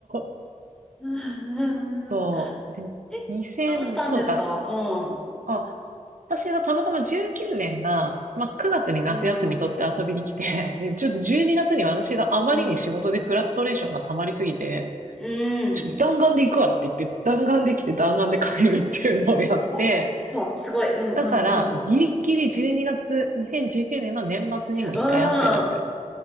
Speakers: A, on the right; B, in the centre.
A: う。
B: うん。う
A: そう。
B: ん。うん
A: で、
B: え、
A: 2000、
B: どうしたんですかうん。
A: そうか。あ、私がたまたま19年が、まあ、9月に夏休み取って遊びに来て、
B: うん。
A: <laughs> で、ちょっと12月にがつに私があまりに仕事でフラストレーションが溜まりすぎて、
B: うん。うん。
A: ちょっと弾丸で行くわって言って、弾丸で来て弾丸で帰るっていうのをやって、
B: お、もう、すごい。うんうんうん。
A: だから、
B: うん。
A: ギリッギリ12月、2019年の年末にも一回会ってるんですよ。
B: あ